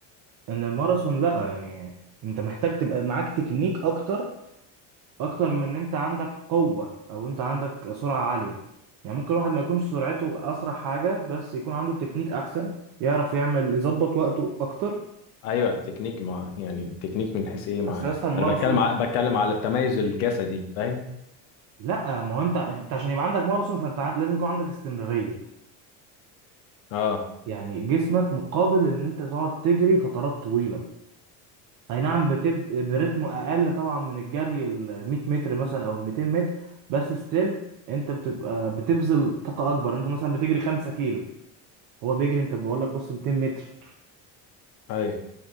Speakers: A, on the right (about 55°); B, on the left (about 85°).
A: إن الماراثون لا يعني أنت محتاج تبقى معاك تكنيك أكتر اكتر من ان انت عندك قوة او انت عندك سرعة عالية يعني ممكن الواحد ما يكونش سرعته اسرع حاجة بس يكون عنده تكنيك احسن يعرف يعمل يظبط وقته اكتر
B: ايوه تكنيك مع يعني تكنيك من حيث ايه مع
A: اصل يا اسطى الماراثون
B: انا بتكلم ع... بتكلم على التميز الجسدي فاهم
A: لا ما هو انت انت عشان يبقى عندك ماراثون فانت عن- لازم يكون عندك استمرارية
B: اه
A: يعني جسمك مقابل ان انت تقعد تجري فترات طويلة اي نعم بتبقى برتم اقل طبعا من الجري ال 100 متر مثلا او ال 200 متر بس ستيل انت بتبقى بتبذل طاقة اكبر انت مثلا بتجري 5 كيلو هو بيجري انت بقول لك بص 200 متر
B: ايوه